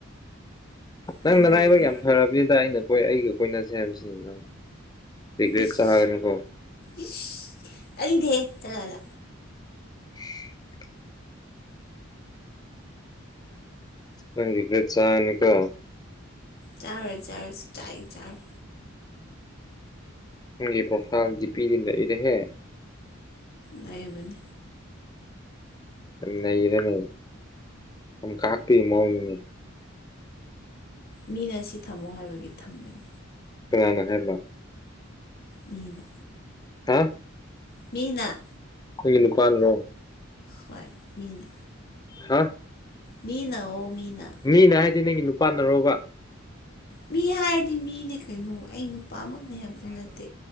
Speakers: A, on the left; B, on the left.
A: ꯅꯪ
B: ꯍꯥꯏꯕꯤꯔꯦ
A: ꯅꯂꯥꯏꯕꯛ ꯌꯥꯝ ꯐꯔꯕꯅꯤꯗ ꯑꯩꯅ ꯀꯣꯏ ꯑꯩꯒ ꯀꯣꯏꯅꯁꯦ ꯍꯥꯏꯕꯁꯦ ꯅꯪ ꯔꯤꯒ꯭ꯔꯦꯠ
B: ꯢꯁ
A: ꯆꯥꯒꯅꯨꯀꯣ
B: ꯢꯁ ꯇꯥꯅꯤꯡꯗꯦꯍꯦ ꯆꯠꯂꯣ ꯑꯗꯥ
A: <inaudible> ꯅꯪ ꯔꯤꯒ꯭ꯔꯠ ꯆꯥꯅꯤ ꯒꯣ
B: ꯆꯥꯔꯣꯢ ꯆꯥꯔꯣꯢ ꯁꯨꯡꯆꯥ ꯍꯦꯛ ꯆꯥꯔꯣꯢ
A: ꯅꯪꯒꯤ ꯄ꯭ꯔꯣꯐꯥꯏꯜ ꯗꯤ ꯄꯤꯗꯤ ꯅꯩꯔꯦꯍꯦ
B: ꯂꯩꯕꯅꯦ
A: ꯅꯩꯔꯦꯅꯦ ꯌꯥꯝ ꯀꯥꯞꯄꯤ ꯃꯑꯣꯡꯅꯤꯅꯦ
B: ꯃꯤꯅ ꯁꯤ ꯊꯝꯃꯣ ꯍꯥꯏꯕꯒꯤ ꯊꯝꯕꯅꯦ
A: ꯀꯅꯅꯥ ꯍꯥꯏꯕ
B: ꯃꯤꯅ
A: ꯍꯥ
B: ꯃꯤꯅ
A: ꯑꯩꯈꯣꯏꯒꯤ ꯅꯨꯄꯥꯅꯔꯣ
B: ꯍꯣꯏ ꯃꯤꯅ
A: ꯍꯥ
B: ꯃꯤꯅꯥ ꯑꯣ ꯃꯤꯅꯥ
A: ꯃꯤꯅ ꯍꯥꯏꯗꯤ ꯅꯪꯒꯤ ꯅꯨꯄꯥꯅꯔꯣꯕ
B: ꯃꯤ ꯍꯥꯏꯔꯗꯤ ꯃꯤꯅꯦ ꯀꯩꯅꯣ ꯑꯩ ꯅꯨꯄꯥꯃꯛꯅꯦ ꯍꯥꯏꯕꯁꯨ ꯅꯠꯇꯦ